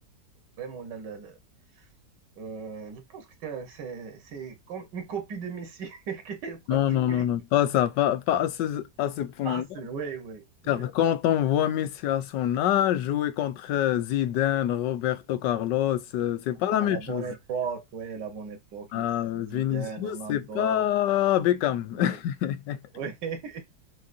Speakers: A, on the right (about 75°); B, on the left (about 75°).
A: vraiment, il a le- le- euh, je pense que c'est un- c'est- c'est comme une copie de Messi <laughs> qui est en train
B: Non,
A: de jouer.
B: non, non, non, pas ça, pas, pas à ce, à ce point-là.
A: Ah, c'est, oui, oui,
B: Car
A: oui.
B: quand on voit Messi à son âge jouer contre euh, Zidane, Roberto Carlos, euh, c'est pas
A: Ah,
B: la même
A: la
B: chose.
A: bonne époque, oui, la bonne époque,
B: Euh,
A: Messi Zidane,
B: Vinicius,
A: Ronaldo.
B: c'est pas Beckham,
A: oh,
B: <laughs>
A: Oui. <laughs>